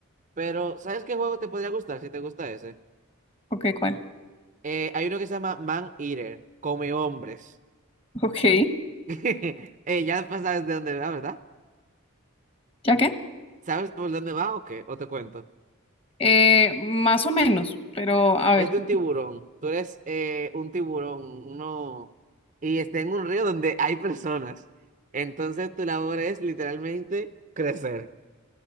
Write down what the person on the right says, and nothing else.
Pero, ¿sabes qué juego te podría gustar si te gusta ese?
Eh, hay uno que se llama Man Eater, Come Hombres.
<laughs> Eh, ya sabes de dónde va, ¿verdad?
¿Sabes por dónde va o qué? ¿O te cuento?
Es
de un tiburón. Tú eres eh, un tiburón, uno, y está en un río donde hay personas. Entonces tu labor es literalmente crecer.